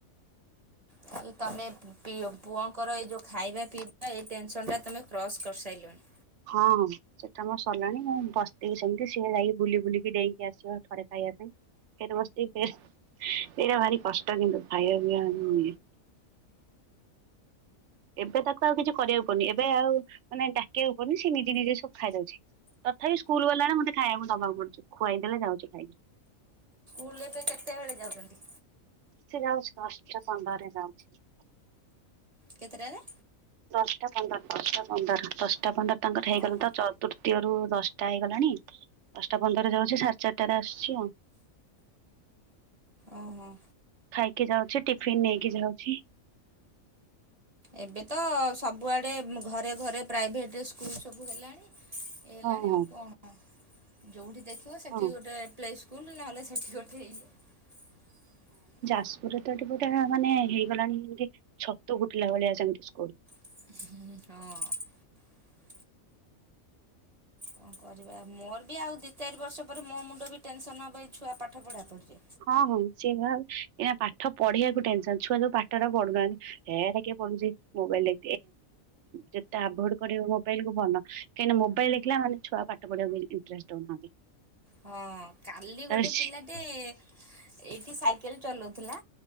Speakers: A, on the right; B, on the right.
A: ତାଲେ ତମେ ପିଓ ପୁଅଙ୍କର ଏଇ ଯୋଉ ଖାଇବା ପିଇବା ଏ ଟେନସନଟା ତମେ କ୍ରସ୍ କରି ସାଇଲଣି।
B: ହଁ ସେଟା ମୋ ସରିଲାଣି ମୁଁ ବସ ଥିବି ସେମିତି ସିଏ ଯାଇକି ବୁଲି ବୁଲିକି ଡେଇଁକି ଆସିବ ଥରେ ଖାଇଆ ପାଇଁ ଫେର ବସ ଥିବି ଏଇରା ଭାରି କଷ୍ଟ କିନ୍ତୁ ଖାଇବା ପିଇଆ ଇଏ ଏବେ ତ ଆଉ କିଛି କରିବାକୁ ପଡ଼ୁନି ଏବେ ଆଉ ମାନେ ଡାକିଆକୁପଡୁନି ସେ ନିଜେ ନିଜେ ସବୁ ଖାଇ ଦଉଚି ତଥାପି ସ୍କୁଲ ଗଲା ବେଳେ ମତେ ଖାଇଆକୁ ଦବାକୁ ପଡୁଚି ଖୁଆଇ ଦେେଲେ ଯାଉଚି ଖାଇିକି।
A: ସ୍କୁଲ ଏବେ କେତେବେଳେ ଯାଉଚନ୍ତି?
B: ସେ ଯାଉଚି ଦଶଟା ପନ୍ଦରରେ ଯାଉଚି।
A: କେତେଟାରେ?
B: ଦଶଟା ପନ୍ଦର ଦଶଟା ପନ୍ଦର ଦଶଟା ପନ୍ଦର ତାଙ୍କର ହେଇଗଲା
A: ଓହୋ
B: ତ ଚ- ତୃତୀୟରୁ ଦଶଟା ହେଇଗଲାଣି ଦଶଟା ପନ୍ଦରରେ ଯାଉଚି ସାଢେ ଚାରିଟାରେ ଆସଚି ଆଉ
A: ଓହୋ
B: ଖାଇକି ଯାଉଚି ଟିଫନ୍ ନେଇକି ଯାଉଚି।
A: ଏବେ ତଅ ସବୁଆଡ଼େ ଘରେ ଘରେ ପ୍ରାଇଭେଟ୍ ସ୍କୁଲ୍ ସବୁ ହେଲାଣି। ହେଲାଣିି
B: ହଁ ହଁ
A: ଆଉ କଣ? ଯେଉଠି। ଦେଖିବ ସେଠି
B: ହଁ।
A: ଗୋଟେ ପ୍ଲେ ସ୍କୁଲ ନହେଲେ ସେଠି ଗୋଟେ ଇଏ-
B: ଯାଜକୁରେ ତ ଏଠି ପୋଟା ମାନେ ହେଇଗଲାଣି ଏମିତି ଛତୁ ଫୁଟିଲା ଭଳିଆ ସେମିତି ସ୍କୁଲ
A: ହଁ। କଣ କରିବା ମୋର ବି ଆଉ ଦିଇ ଚାରି ବର୍ଷ ପରେ ମୋ ମୁଣ୍ଡ ବି ଟେନସନ ହବ ଏଇ ଛୁଆ ପାଠ ପଢା ପଢିଛି।
B: ହଁ ହଁ ସେ ଭାବ ପାଠ ପଢିବାକୁ ଟେନସନ ଛୁଆ ଯୋଉ ପାଠ ଟା ପଢୁନାହାନ୍ତି। ହେ କିଏ ପଢୁଛି ମୋବାଇଲ ଦେଖ୍ ଆଭଡ କରିବ ମୋବାଇଲ କ ଭନ କାଁକି ମୋାଇଲ ଦେଖିଲା ମାନେ ଛୁଆ ପାଠ ପଢିବାକୁ ଇଣ୍ଟରେଷ୍ଟ ଦଉନାହାନ୍ତି।
A: ହଁ କାଲି
B: ତାପରେ
A: ଗୋଟେ
B: ସି
A: ପିଲାଟେ ଏଇଠି ସାଇକେଲ ଚଲାଉଥିଲା